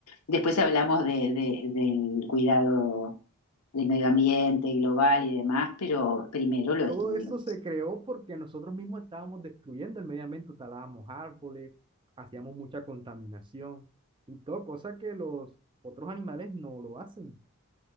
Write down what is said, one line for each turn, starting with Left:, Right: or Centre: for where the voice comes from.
Left: Después hablamos de, de- del cuidado del medio ambiente global y demás, pero primero lo
Right: Todo
Left: estudiamos.
Right: eso se creó porque nosotros mismos estábamos destruyendo el medio ambiente, talábamos árboles, hacíamos mucha contaminación y todo, cosa que los otros animales no lo hacen.